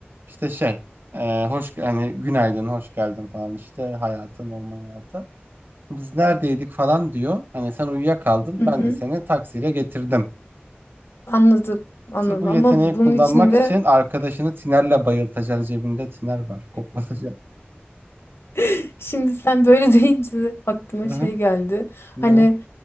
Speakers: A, on the right; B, on the left.
A: İşte şey e, hoş yani günaydın hoş geldin falan işte hayata normal hayata biz neredeydik falan diyor hani sen uyuyakaldın
B: Hı hı.
A: ben de seni taksiyle getirdim
B: Anladım. Anladım.
A: sırf bu
B: Ama
A: yeteneği kullanmak
B: bunun içinde
A: için arkadaşını tinerle bayıltacaksın cebinde tiner var koklatacaksın
B: <laughs> şimdi sen böyle <laughs> deyince aklıma
A: Hı hı.
B: şey geldi. Hani
A: ne